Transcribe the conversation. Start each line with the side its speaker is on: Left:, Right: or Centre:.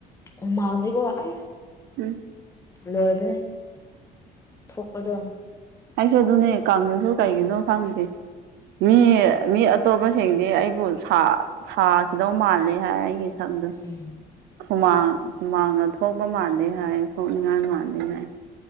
Left: ꯍꯨꯃꯥꯡꯗꯤꯀ‌ꯣ ꯑꯁ
Right: ꯎꯝ
Left: ꯂꯣꯏꯕꯅꯦ ꯊꯣꯛꯄꯗꯣ
Right: ꯑꯩꯁꯨ ꯑꯗꯨꯅꯦ ꯀꯪꯉꯁꯨ ꯀꯩꯒꯤꯅꯣ ꯈꯪꯗꯦ ꯃꯤ ꯃꯤ ꯑꯇꯣꯞꯄꯁꯤꯡꯗꯤ ꯑꯩꯕꯨ ꯁꯥꯈꯤꯗꯧ ꯃꯥꯜꯂꯤ ꯍꯥꯏ ꯑꯩꯒꯤ <unintelligible>
Left: ꯎꯝ
Right: ꯍꯨꯃꯥꯡ ꯍꯨꯃꯥꯡꯗ ꯊꯣꯛꯄ ꯃꯥꯜꯂꯦ ꯍꯥꯏ ꯊꯣꯛꯅꯤꯡꯉꯥꯏ ꯃꯥꯜꯂꯤꯦ ꯍꯥꯏ